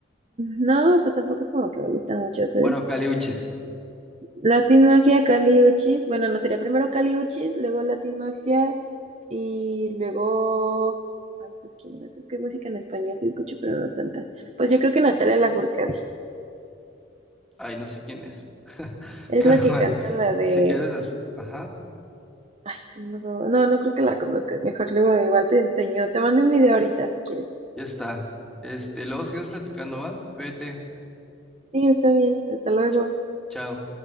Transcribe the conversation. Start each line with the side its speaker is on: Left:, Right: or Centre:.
Right: no, pues tampoco es como que me gusta mucho, ¿sabes?
Centre: Bueno, Caliuchis.
Right: Latin Mafia, Kali Uchis. Bueno, no sería primero Kali Uchis, luego Latin Mafia y luego. Ay, pues quién más. Es que música en español sí escucho, pero no tanta. Pues yo creo que Natalia Lafourcade.
Centre: Ay, no sé quién es. <laughs>
Right: Es
Centre: Pero
Right: la que
Centre: bueno,
Right: canta la de.
Centre: si quieres, des- ajá,
Right: Ay, es que no me acuerdo. No, no creo que la conozcas. Mejor luego igual te enseño. Te mando un video ahorita si quieres.
Centre: ya está. Este, luego seguimos platicando, ¿va? Cuídate.
Right: Sí, está bien. Hasta luego.
Centre: Ch- chao.